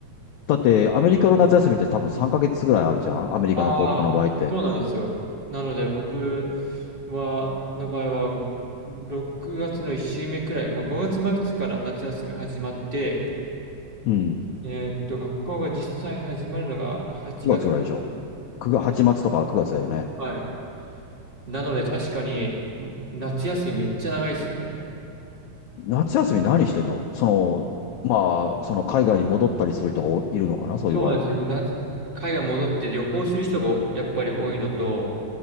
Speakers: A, on the left; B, on the right.
A: だって、アメリカの夏休みって多分3ヶ月ぐらいあるじゃんアメリカの高校の場合って。
B: ああ、そうなんですよ。なので僕は、の場合は、6月の1週目くらい、まあ、5月末から夏休み始まって、
A: うん。
B: えーっと、学校が実際始まるのが8月末。
A: 9月ぐらいでしょ ?9 月、8月とか9月だよね。
B: はい。なので確かに、ん夏休みめっちゃ長いですよね。
A: 夏休み何してんのその、まあ、その海外に戻ったりする人がおいるのかなそういう場合は。
B: そうなんです。夏海外戻って旅行する人がやっぱり多いのと、